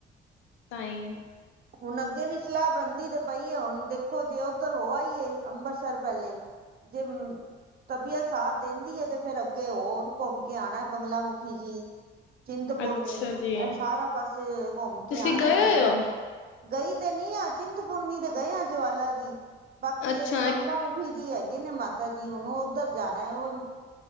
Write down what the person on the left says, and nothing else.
ਤਾਂਹੀ
ਅੱਛਾ
ਜੀ,
ਤੁਸੀਂ
ਗਏ
ਹੋਏ
ਹੋ?
ਅੱਛਾ,